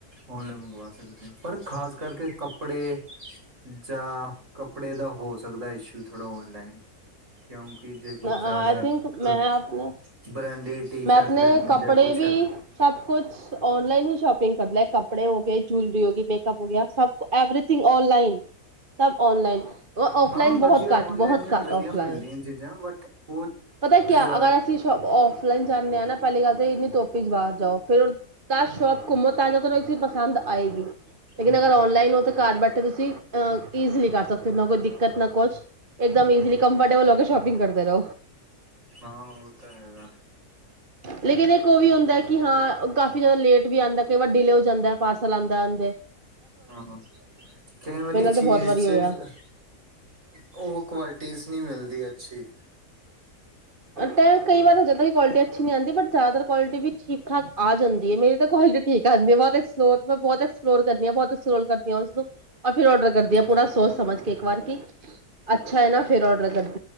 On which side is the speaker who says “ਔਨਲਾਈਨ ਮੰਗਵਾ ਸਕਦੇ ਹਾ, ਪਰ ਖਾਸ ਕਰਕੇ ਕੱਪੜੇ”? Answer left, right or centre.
Right